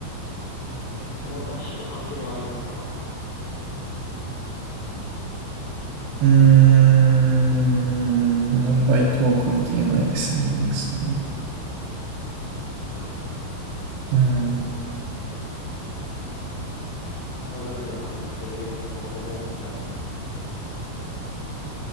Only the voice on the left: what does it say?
え、その雑誌と関係がありますか
ない。
買うだけで満足するようなものでもない。